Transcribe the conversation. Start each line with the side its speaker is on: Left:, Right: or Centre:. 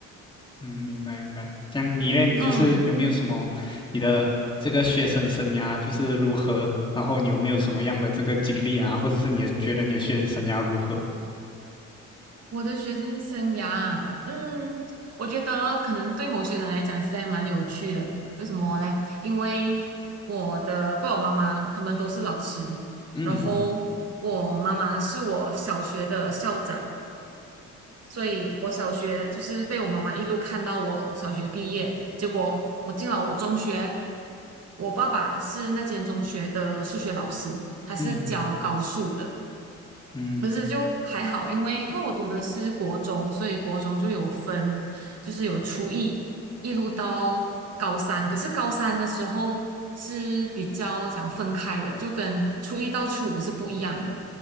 Left: 嗯，明白明白。这样你嘞，你就是有没有什么你的这个学生生涯就是如何？
Right: 嗯。
Left: 然后你有没有什么样的这个经历啊，或者是你的觉得你的学生生涯如何？
Right: 我的学生生涯啊嗯，我觉得可能对某些人来讲，其实还蛮有趣的。为什么嘞？因为我的爸爸妈妈他们都是老师，
Left: 嗯
Right: 然后我妈妈是我小学的校长，所以我小学就是被我妈妈一路看到我小学毕业。结果我进了我中学，我爸爸是那间中学的数学老师，他是教高数的。
Left: 嗯嗯
Right: 可是就还好，因为因为我读的是国中，所以国中就有分，就是有初一一路到高三。可是高三的时候是比较讲分开的，就跟初一到初五是不一样的。